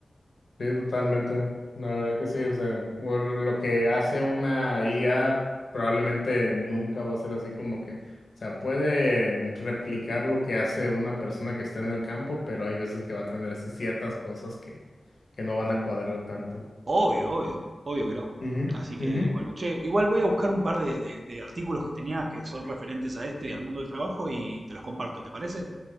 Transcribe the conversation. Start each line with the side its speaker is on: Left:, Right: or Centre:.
Left: Sí, totalmente. La verdad que sí, o sea, bueno, lo, lo que hace una IA probablemente nunca va a ser así como que, o sea, puede replicar lo que hace una persona que está en el campo, pero hay veces que va a tener así ciertas cosas que, que no van a cuadrar tanto.
Right: Obvio, obvio, obvio que no.
Left: Ujú,
Right: Así que
Left: ujú.
Right: bueno, che, igual voy a buscar un par de, de- de artículos que tenía que son referentes a esto y al mundo del trabajo y te los comparto, ¿te parece?